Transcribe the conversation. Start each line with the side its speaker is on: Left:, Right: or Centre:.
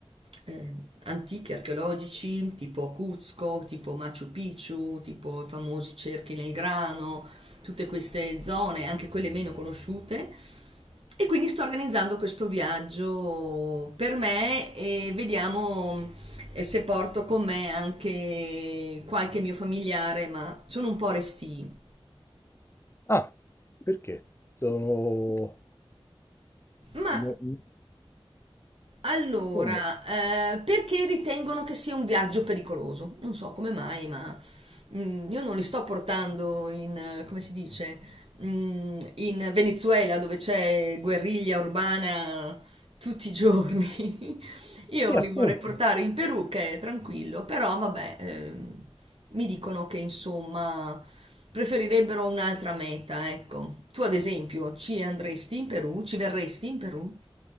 Right: eh, antichi archeologici, tipo Cuzco, tipo Machu Picchu, tipo i famosi cerchi nel grano tutte queste zone, anche quelle meno conosciute. E quindi sto organizzando questo viaggio per me e vediamo eh, se porto con me anche qualche mio familiare, ma sono un po' restii.
Left: ah, perché? Sono...
Right: Ma
Left: no- no-
Right: Allora,
Left: come no?
Right: eh, perché ritengono che sia un viaggio pericoloso? Non so come mai, ma mm, io non li sto portando in, eh, come si dice, Mm, in Venezuela dove c'è guerriglia urbana tutti i giorni. <laughs> Io
Left: Sì, appunto.
Right: li vorrei portare in Perù che è tranquillo, però vabbè, ehm, mi dicono che insomma preferirebbero un'altra meta, ecco. Tu ad esempio ci andresti in Perù? Ci verresti in Perù?